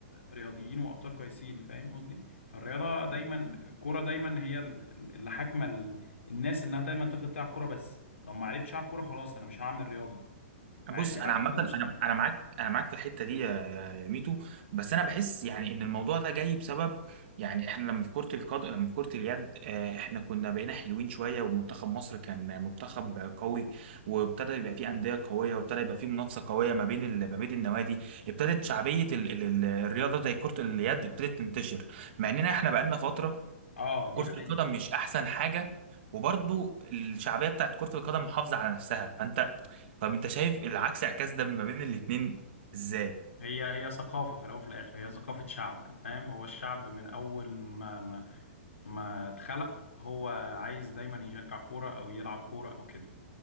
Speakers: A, on the left; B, on the right.
A: رياضيين وابطال كويسين فاهم قصدي فالرياضة دايما الكورة دايما هي ال- ال- اللي حاكمة ال- الناس انها دايما تفضل تلعب كورة بس لو ما عرفتش العب كورة خلاص انا مش هعمل رياضة مع
B: بص
A: ان
B: انا
A: لا
B: عامه
A: ده مش
B: انا
A: صح
B: انا معاك انا معاك في الحته دي يا يا ميتو بس انا بحس يعني ان الموضوع ده جاي بسبب يعني احنا لما في كره القدم لما في كره اليد آه، احنا كنا بقينا حلوين شويه ومنتخب مصر كان منتخب قوي وابتدى يبقى فيه انديه قويه وابتدى يبقى فيه منافسه قويه ما بين ال- ما بين النوادي ابتدت شعبيه ال ال ال الرياضه زي كره اليد ابتدت تنتشر مع اننا احنا بقالنا فتره
A: اه دي
B: كره
A: حقيقة
B: القدم مش احسن حاجه وبرضو الشعبيه بتاعت كره القدم محافظه على نفسها فانت طب انت شايف العكس اعكاس ده ما بين الاتنين ازاي
A: هي هي ثقافة في الأول وفي الآخر هي ثقافة شعب فاهم هو الشعب من أول ما ما ما اتخلق هو عايز دايما يشجع كورة أو يلعب كورة أو كده